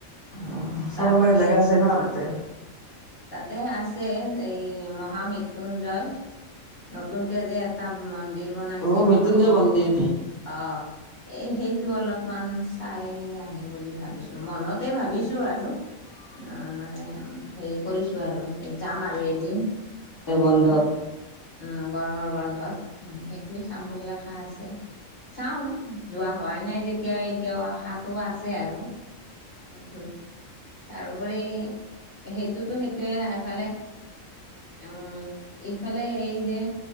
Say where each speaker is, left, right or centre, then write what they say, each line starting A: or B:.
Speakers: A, on the left; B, on the left.
A: উ চাব
B: তাত
A: লগা জেগা
B: এই
A: আছে ন তাতে
B: তাতে আছে। এই মহামৃত্য়ুঞ্জয় নতুনকে যে এটা ম মন্দিৰ বনাইছে
A: অ মৃত্যুঞ্জয়
B: মহামৃতু
A: মন্দিৰ
B: অঁ এই সেইটো অলপমান চাই আহিম বুলি ভাবিছোঁ মনতে ভাবিছোঁ আৰু অ মানে হেৰি কৰিছো আৰু যাম আৰু এদিন
A: এই বন্ধত
B: এইটো উ গৰমৰ বন্ধত মানে সেইটোৱে চাম বুলি আশা আছে। চাওঁ যোৱা হোৱাই নাই যেতিয়া এতিয়াও আশাটো আছে আৰু এইটো তাৰোপৰি সেইটোতো সেইটোৱে এফালে অ এইফালে এই যে